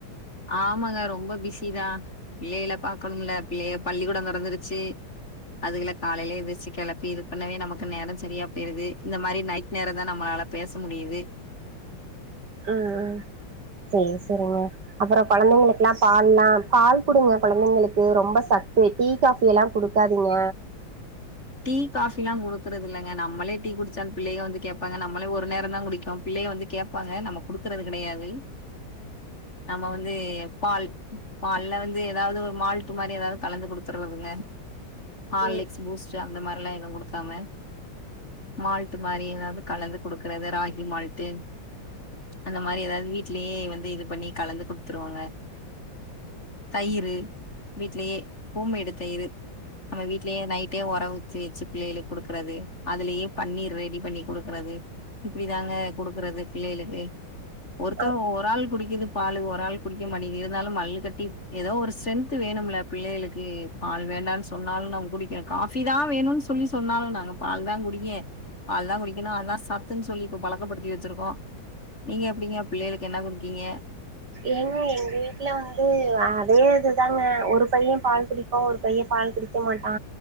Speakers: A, on the left; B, on the right.
A: ஆமாங்க ரொம்ப பிஸிதா பிள்ளையல்ல பாக்கணும்ல பிள்ளைய பள்ளிக்குடோ தொரந்துருச்சு அதுகல காலையில எந்திர்ச்சு கெளப்பி இது பண்ணவே நமக்கு நேரம் சரியா போயிது இந்த மாரி நைட் நேரந்தா நம்ம நாள பேச முடியுது
B: ம் ம் சேர் சேரிங்க அப்புறோ பழக்னோங்குளா பால்லா பால் குடுங்க கொழந்தைங்களுக்கு ரொம்ப சத்து டீ காஃபி எல்லா கிடுக்காதீங்க
A: டீ காஃபிலா குடுக்கறது இல்லங்க நமளே டீ குடிச்சால் பிள்ளை வந்து கேப்பாங்க நமளே ஒரு நேரோந்தா குடிக்குறோ பிள்ளை வந்து கேப் ப்பாங்க நம்ம குடுக்கறது கெடையாது நம்ம வந்து பால் பால்ல வந்து எதாவ்து ஒரு மால்ட்டு மாரி எதாவ்து கலந்து குடுத்துருதுங்க ஹார்லிக்ஸ்
B: ம்
A: பூஸ்ட் அந்த மாரிலா எது குடுக்காம மால்ட் மாரி எதாவ்து கலந்து குடுக்குறது ராகி மால்ட்டு அந்த மாதிரி எதாது வீட்லயே வந்து இது பண்ணி கலந்து குடுத்துருவோங்க தயிரு வீட்லயே ஹோம்மேடு தயிரு நம்ம வீட்லயே நைட் டே ஒர ஊத்தி வெச்சு பிள்ளையலுக் குடுக்குறது அதுலயே பன்னீர் ரெடி பண்ணி குடுக்குறது இப்பிடிதாங்க குடுக்குறது பிள்ளையளுக்கு ஒருத்தர்
B: ஆ
A: ஒரு ஆள் குடிக்குது பாலு ஒரு ஆள் குடிக்கமாட்டிகிது இருந்தாலு மல்லு கட்டி எதோ ஒரு ஸ்ட்ரென்த் வேணும்ல புள்ளைகளுக்கு பால் வேண்டான் சொன்னாலு நம்ம குடிக்கிறே காஃபிதா வேணுன் சொல்லி சொன்னாலு நாங்க பால்தா குடிப்ப அதுதா குடிக்கணு அத்தா சத்துன் சொல்லி இப்போ பழக்கப்படுத்தி வெச்சிருக்கோ நீங்க எப்டிங்க பிள்ளைகளுக்கு என்ன குடுக்கீங்க
B: ஏங்க எங்க வீட்ல வந்து அதே இதுதாங்க ஒரு பைய பால் குடிக் ஒரு பைய பால் குடிக்க மாட்டா